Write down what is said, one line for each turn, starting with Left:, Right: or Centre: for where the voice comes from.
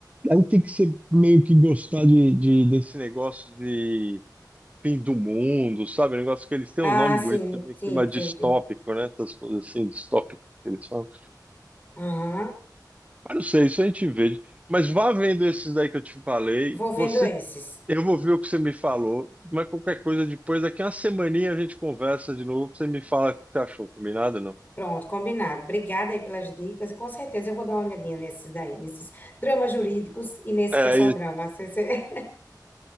Right: aí tem que ser meio que gostar de, de- desse negócio de fim do mundo, sabe? Um Negócio que eles têm
Left: Ah,
Right: um nome
Left: sim,
Right: bonito também,
Left: sim,
Right: que chama
Left: sim,
Right: distópico,
Left: sim.
Right: né? Essas coisas assim, distópico. que Eles falam.
Left: Aham.
Right: Mas não sei, isso a gente vê. Mas vá vendo esses daí que eu te falei.
Left: Vou vendo
Right: Você,
Left: esses.
Right: eu vou ver o que você me falou, mas qualquer coisa depois, daqui a uma semaninha a gente conversa de novo. Você me fala o que você achou, combinado ou não?
Left: Pronto, combinado. Obrigada aí pelas dicas e com certeza eu vou dar uma olhadinha nesses daí, nesses dramas jurídicos e nesse
Right: É,
Left: que é só
Right: e-
Left: drama. <laughs> Você- você-